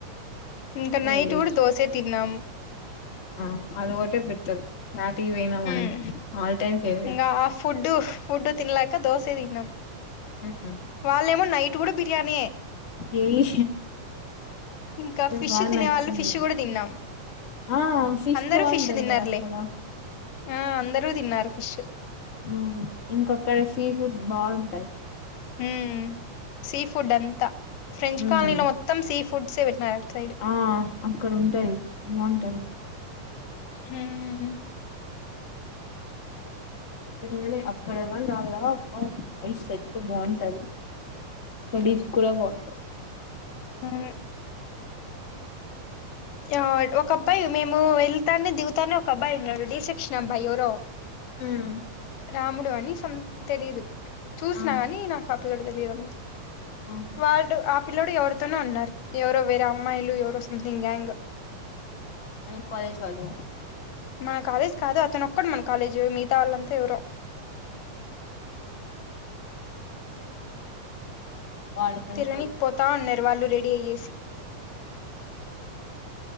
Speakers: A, on the left; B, on the left.
A: ఇంకా నైట్
B: వెరైటీ
A: కూడా దోసె తిన్నాం
B: ఆ అది ఒకటే బెటర్ యాటికి పోయినా మనకి
A: మ్
B: ఆల్ టైమ్ ఫేవరెట్
A: ఇంకా ఫుడ్ ఫుడ్ తినలేక దోస తిన్నం
B: హ్మ్.
A: వాళ్లేమో నైట్ కూడా బిర్యానీయే
B: యేయ్
A: ఇంకా ఫిష్
B: బాగా
A: తినే
B: నచ్చింది
A: వాళ్ళు ఫిష్ కూడా తిన్నాము
B: ఆ
A: అందరూ
B: బాగుంటది
A: ఫిష్ తిన్నారులే
B: కదా అక్కడ
A: ఆ అందరూ తిన్నారు ఫిష్
B: మ్ ఇంక అక్కడ సి ఫుడ్ బావుంటాయి
A: మ్మ్ సీ ఫుడ్ అంతా ఫ్రెంచ్
B: ఉమ్
A: కాలనీలో మొత్తం సీ ఫుడ్ సే పెట్టిన అట్టు సైడ్
B: ఆ అక్కడ ఉంటాయి బాగుంటది
A: మ్మ్
B: ఏం లే అక్కడ <unintelligible> సెట్ బాగుంటది స్డీస్ కూడా బాగుంటాది
A: హ్మ్ యా ఒక అబ్బాయి మేము వెళ్ తాన్ని దిగుతానే ఒక అబ్బాయి ఉన్నడు డి సెక్షన్ అబ్బాయి ఎవరో
B: మ్మ్
A: రాముడు అని సం తెలీదు చూసినా
B: ఆ
A: గానీ నాకు పిల్లోడు తేలి <unintelligible>
B: ఆహా.
A: వాళ్డు పిల్లోడు ఎవరితోనో ఉన్నారు ఎవరో వేరే అమ్మాయిలు ఎవరో సమ్థింగ్ గ్యాంగ్
B: మన కాలేజ్ వాళ్ళు
A: మన కాలేజ్ కాదు అతను ఒక్కడు మన కాలేజు మిగతా వాళ్ళంతా ఎవరో
B: వాళ్ళ ఫ్రెండ్స్
A: తిరగనీకి
B: తో వచ్చి
A: పోతా ఉన్నారు వాళ్ళు రెడ్ డిఏసి